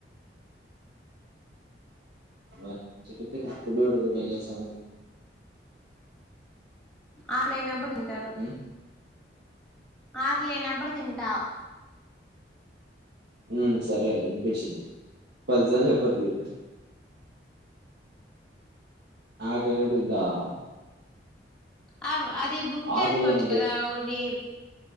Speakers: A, on the right; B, in the centre.
A: <unintelligible> ఇప్పటివరకు ఏం చేస్తున్నవు
B: ఆకలైనప్పుడు తింటారు
A: ఉమ్
B: ఆకలైనప్పుడు తింటా
A: ఉ సరే ఇనిపించింది పదిసార్లు చెప్పొద్దు <unintelligible>
B: ఆ అది బుక్
A: ఆకలి
B: చేసుకోవచ్చు
A: ఉంటే
B: కదా ఒకటి